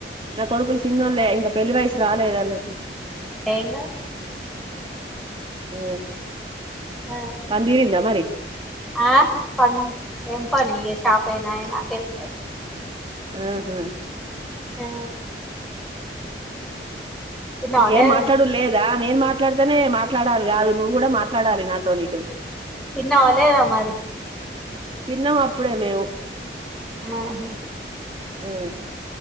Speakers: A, on the right (about 30°); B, in the centre.
A: నా కొడుకులు చిన్నోల్లే ఇంక పెళ్లి వయసు రాలేదు అళ్ళకు
B: ఏంగా
A: ఆ
B: ఆ
A: పందిరిందా మరి
B: ఆ పన్ ఏంపనీ ఇగ షాపెనాయే నాకెంపని
A: ఆహా
B: ఆ తిన్నావా
A: ఇంకేం
B: లేదా
A: మాట్లాడడు
B: నువ్వు
A: లేదా నేను మాట్ మాట్లాడితనే మాట్లాడాలి కాదు నువ్వు కూడా మాట్లాడాలి నాతోనీటు
B: తిన్నావా లేదా మరి
A: తిన్నాం అప్పుడే మేము
B: ఆహా
A: ఆ